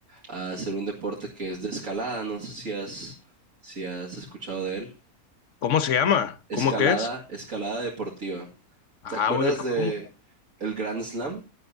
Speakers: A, on the right; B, on the left.
A: a hacer un deporte que es de escalada. No sé si has, si has escuchado de él.
B: ¿Cómo se llama?
A: Escalada,
B: ¿Cómo que es?
A: escalada deportiva.
B: Ah,
A: ¿Te acuerdas
B: güey, ¿cómo?
A: de el Grand Slam?